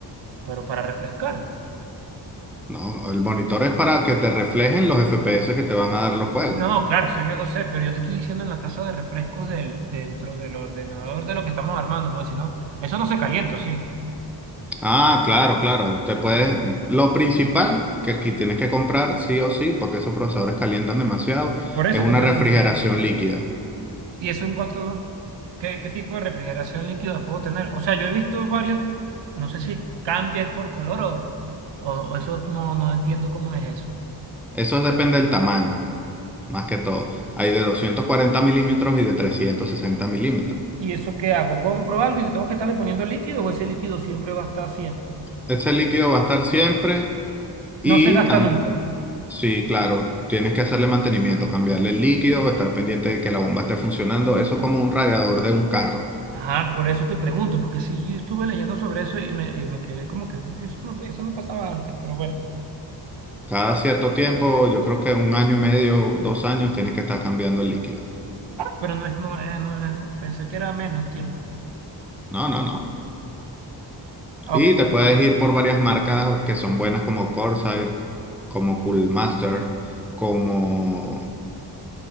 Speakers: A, on the right (about 75°); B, in the centre.
A: Pero para refrescar.
B: ¿no? El monitor es para que te reflejen los FPS que te van a dar los juegos.
A: No, claro, eso yo lo sé, pero yo te estoy diciendo en la taza de refrescos del, dentro del ordenador de lo que estamos armando, porque si no, eso no se calienta, sí.
B: Ah, claro, claro. Te puedes, lo principal que aquí tienes que comprar sí o sí, porque esos procesadores calientan demasiado,
A: Por eso
B: es una
A: te pregunto.
B: refrigeración líquida.
A: ¿Y eso en cuanto, qué, qué tipo de refrigeración líquida puedo tener? O sea, yo he visto varios, no sé si cambias por color o, o, o eso no, no entiendo cómo es eso.
B: Eso depende del tamaño. más que todo. Hay de 240 milímetros y de 360 milímetros.
A: ¿Y eso qué hago? ¿Compro algo y yo tengo que estarle poniendo líquido o ese líquido siempre va a estar siempre?
B: Ese líquido va a estar siempre y
A: No se gasta
B: tam-
A: nunca.
B: sí, claro, tienes que hacerle mantenimiento, cambiarle el líquido, estar pendiente de que la bomba esté funcionando. Eso es como un radiador de un carro.
A: Ajá, por eso te pregunto, porque sí, yo estuve leyendo sobre eso y me, y me quedé como que eso no, eso no pasaba antes, pero bueno.
B: Cada cierto tiempo, yo creo que un año y medio, dos años, tienes que estar cambiando el líquido.
A: Pero no es, no es, no es, pensé que era menos tiempo.
B: No, no, no.
A: Ok.
B: Y te puedes ir por varias marcas que son buenas como Corsair, como Coolmaster, como